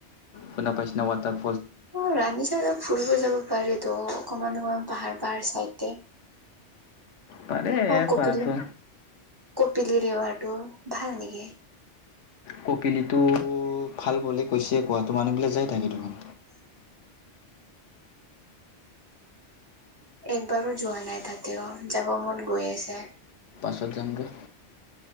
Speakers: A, on the left (about 80°); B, on the right (about 20°).
A: শুনা পাইছিনা হোৱাটআপ
B: অ ৰান্ধি চ ফুৰিব যাব পাৰে তো অকণমান অকমান পাহাৰ পাহাৰ চাইডতে
A: পাৰে
B: অ, কপিলি
A: পাৰাটো
B: কপিলি ৱাৰটো ভাল নেকি?
A: কপিলিটো ভাল বলে কৈছে কোৱাটো। মানুহবিলাকে যাই থাকে দেখোন।
B: <unintelligible> একবাৰো যোৱা নাই তাতেও যাব মন গৈ আছে।
A: পাছত যাম ৰ।